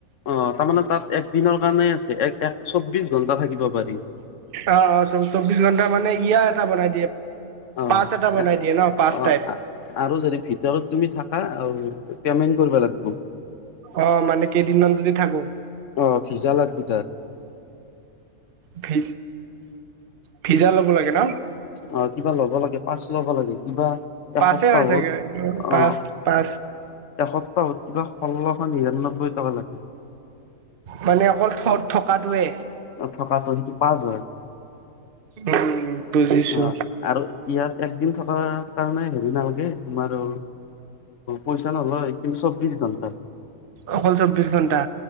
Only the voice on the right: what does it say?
অ', অ', চ-চৌবিশ ঘণ্টা মানে ইয়া এটা বনাই দিয়ে।
পাচ এটা বনাই দিয়ে ন, পাচ
টাইপ।
অ', মানে কেইদিনমান যদি থাকো।
ভি ভিজা ল'ব লাগে ন
পাছে হয় চাগে
পাচ পাচ
মানে অকল থত থকাটোৱে
উম বুজিছো
অকল চৌব্বিশ ঘন্টা